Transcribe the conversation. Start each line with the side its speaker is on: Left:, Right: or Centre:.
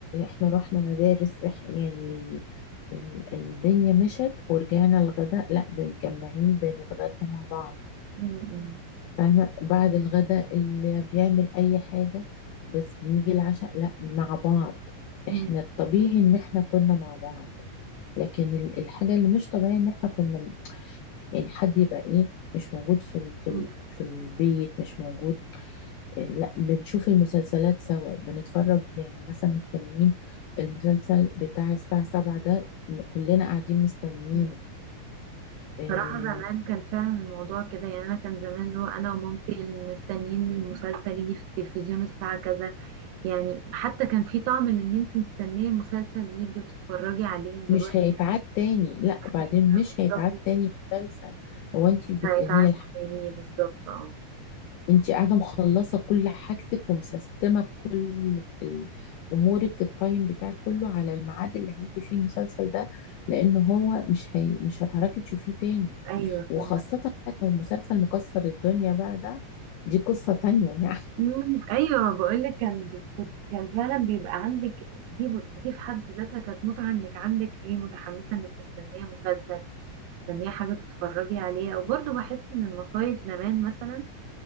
Left: إحنا رحنا مدارس إح... يعني ال- ال- الدنيا مشت ورجعنا الغداء لأ بنتجمعين بنتغدى مع بعض
Right: مم. مم.
Left: فاهمة بعد الغداء اللي بيعمل أي حاجة بس بنيجي العشاء لا مع بعض
Right: مم.
Left: احنا الطبيعي ان احنا كنا مع بعض لكن ال- الحاجة اللي مش طبيعية ان احنا كنا يعني حد يبقى ايه مش موجود في ال في
Right: مم.
Left: ال في البيت مش موجود إيه لا بنشوف المسلسلات سوا بنتفرج يعني مثلا مستنيين المسلسل بتاع الساعة سبعة ده كلنا قاعدين مستنيينه
Right: مم.
Left: آه،
Right: صراحة زمان كان فعلا الموضوع كده يعني أنا كان زمان اللي هو أنا ومامتي مستنيين المسلسل يجي في التلفزيون الساعة كذا يعني حتى كان في طعم لان انت مستنيه مسلسل يجي وتتفرجي عليه دلوقتي
Left: مش هيتعاد تاني لا وبعدين
Right: أيوة،
Left: مش
Right: مصطفى
Left: هيتعاد تاني مسلسل هو انت بت...
Right: مش هيتعامل
Left: هي الح...
Right: يعني بالظبط اه
Left: انت قاعده مخلصه كل حاجتك ومسستمه كل ال- امورك التايم بتاعك كله على الميعاد اللي هيجي فيه المسلسل ده لان هو مش هي... مش هتعرفي تشوفيه تاني
Right: ايوه
Left: وخاصه
Right: فاهمة.
Left: بقى لو مسلسل مكسر الدنيا بقى ده دي قصه تانية يعني
Right: مم، ايوه بقول لك كان كنت كان فعلا بيبقى عندك دي دي في حد ذاتها كانت متعه انك عندك ايه متحمسه انك مستنيه مسلسل مستنيه حاجه تتفرجي عليها وبرضه بحس ان المصايف زمان مثلا